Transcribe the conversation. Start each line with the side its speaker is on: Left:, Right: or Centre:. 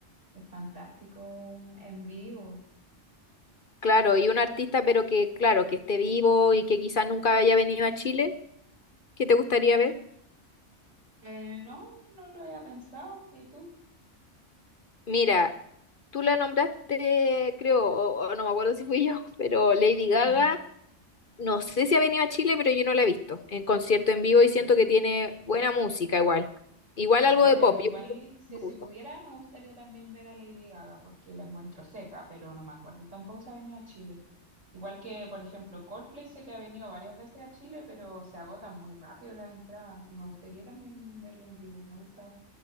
Right: es fantástico en vivo.
Left: Claro, y un artista, pero que claro, que esté vivo y que quizás nunca haya venido a Chile, ¿qué te gustaría ver?
Right: Eh, no, no lo había pensado, ¿y tú?
Left: Mira, tú la nombraste, creo, o o no me acuerdo si fui yo, <laughs> pero Lady Gaga.
Right: <laughs>
Left: No sé si ha venido a Chile, pero yo no la he visto en concierto en vivo y siento que tiene buena música igual. Igual algo
Right: Oye,
Left: de pop,
Right: a mí igual,
Left: yo creo que
Right: si,
Left: me
Right: si
Left: gusta.
Right: pudiera, me gustaría también ver a Lady Gaga, porque la encuentro seca, pero no me acuerdo tampoco si ha venido a Chile. Igual que, por ejemplo, Coldplay sé que ha venido varias veces a Chile, pero se agotan muy rápido las entradas y me gustaría también verlo en vivo. Me gusta